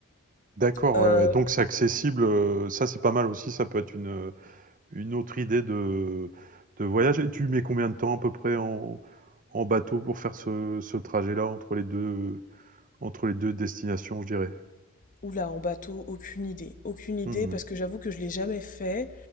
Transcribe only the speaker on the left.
Euh,
oula, en bateau, aucune idée. Aucune idée,
parce que j'avoue que je l'ai jamais fait,